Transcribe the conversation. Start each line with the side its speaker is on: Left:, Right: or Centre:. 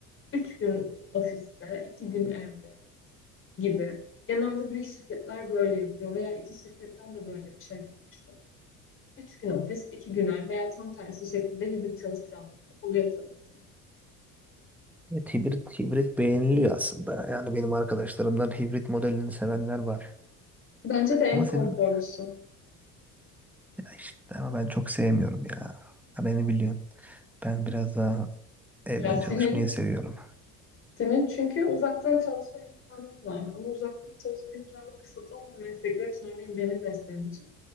Left: üç gün ofiste, iki gün evde gibi. Genelde büyük şirketler böyle yapıyor veya iki şirketten de böyle bir şey duymuştum. Üç gün ofis, iki gün ev veya tam tersi şekilde hibrit çalıştıranlar da oluyor tabii ki.
Centre: Evet, hibrit, hibrit beğeniliyor aslında. Yani benim arkadaşlarımdan hibrit modelini sevenler var.
Left: Bence de en
Centre: Ama
Left: konforlusu.
Centre: senin ya işte ama ben çok sevmiyorum ya. Ha, Beni biliyorsun. Ben biraz daha evden
Left: Ya senin
Centre: çalışmayı seviyorum.
Left: senin çünkü uzaktan çalışma imkanın var ama uzaktan çalışma imkanı kısıtlı olan meslekler için örneğin benim mesleğim için